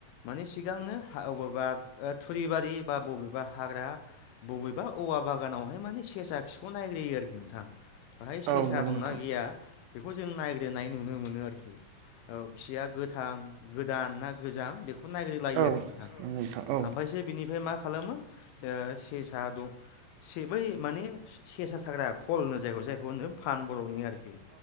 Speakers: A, on the left (about 85°); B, on the right (about 80°).
A: माने सिगांनो हा अबेबा ओ थुरिबारि बा बबेबा हाग्रा बबेबा औ वा बागानावहाय माने सेसा खिखौ नायग्रोयो आरोखि नोंथां बाहाय सेसा
B: औ नंगौ
A: दंना
B: नोंथां
A: गैया बेखौ जों नायग्रोनाय नुनो मोनो आरोखि। औ खिया गोथां गोदान ना गोजाम बे खौ नायग्रोलायो
B: औ
A: आरोखि नोंथां
B: नंगौ नोंथां औ
A: ओमफायसो बिनिफाय मा खालामो ओ सेसा दं सि बै माने सेसा साग्रा खल होनो जायग जायखौ होनो फान बर'नि आर रोखि